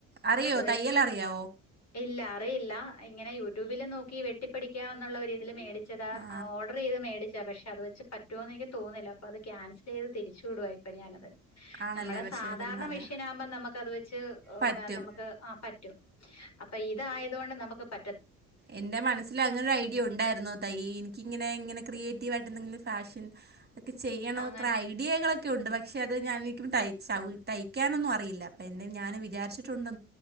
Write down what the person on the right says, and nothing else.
അറിയോ
തയ്യൽ അറിയോ
ആ
ആണല്ലേ
പക്ഷേ
ഇരുന്നല്ല
പറ്റും
എന്റെ മനസ്സിലങ്ങനെ ഒരയ്ടിയ ഉണ്ടായിരുന്നു ത എനിക്കിങ്ങനെ ഇങ്ങനെ ക്രിയേറ്റേവയിട്ട് ന്തെങ്കിലും ഫാഷൻ ഒക്കെ ചെയ്യണന്നൊക്കെ
ഐഡികൾ ഒക്കെ യുണ്ട് പക്ഷേ അത് ഞാന് നിക്ക് തൈ തൈച്ചാ തൈക്കാനൊന്നും അറിയില്ല പിന്നെ ഞാൻ വിചാരിച്ചിട്ടുണ്ട്